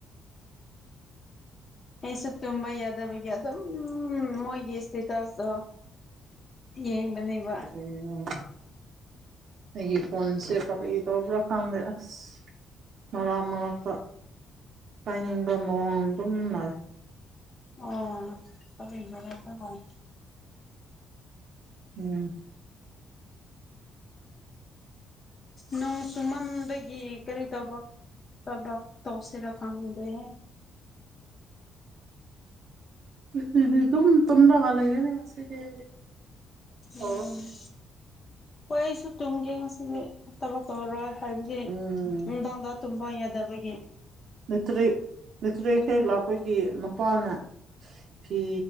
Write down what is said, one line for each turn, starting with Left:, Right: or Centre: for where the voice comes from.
Left: ꯑꯩꯁꯨ ꯇꯨꯝꯕ ꯌꯥꯗꯕꯒꯤ ꯑꯗꯨꯝ ꯃꯣꯏꯒꯤ ꯏꯁꯇꯦꯇꯁꯇꯣ ꯌꯦꯡꯕꯅꯤ ꯋꯥ
Right: ꯑꯣ ꯑꯩꯒꯤ ꯐꯣꯟꯁꯦ ꯀꯔꯤ ꯇꯧꯕ꯭ꯔꯥ ꯈꯪꯗꯦ ꯑꯁ ꯃꯔꯛ ꯃꯔꯛꯇ ꯄꯥꯏꯅꯤꯡꯕ ꯃꯑꯣꯡ ꯑꯗꯨꯝ ꯅꯥꯏ
Left: ꯑꯣ ꯏꯔꯁꯨ <unintelligible>
Right: ꯎꯝ
Left: ꯅꯣꯡ ꯁꯨꯃꯟꯗꯒꯤ ꯀꯔꯤ ꯇꯕꯛ ꯊꯕꯛ ꯇꯧꯁꯤꯔꯥ ꯈꯪꯗꯦꯍꯦ
Right: ꯉꯁꯤꯗꯤ ꯗꯨꯝ ꯇꯨꯝꯂꯒ ꯂꯩꯔꯦꯅꯦ ꯉꯁꯤꯗꯤ ꯀꯩꯁꯨ
Left: ꯎꯝ
Right: ꯇꯧꯔꯣꯏ
Left: ꯍꯣꯏ ꯑꯩꯁꯨ ꯇꯨꯝꯒꯦ ꯉꯁꯤꯗꯤ ꯊꯕꯛ ꯇꯧꯔꯔꯣꯏ ꯍꯥꯏꯕꯗꯤ
Right: ꯎꯝ
Left: ꯅꯨꯡꯗꯥꯡꯗ ꯇꯨꯝꯕ ꯌꯥꯗꯕꯒꯤ
Right: ꯂꯩꯇ꯭ꯔꯦꯠ ꯂꯩꯇ꯭ꯔꯦꯠ ꯍꯦꯛ ꯂꯥꯛꯄꯒꯤ ꯃꯄꯥꯅ ꯐꯤ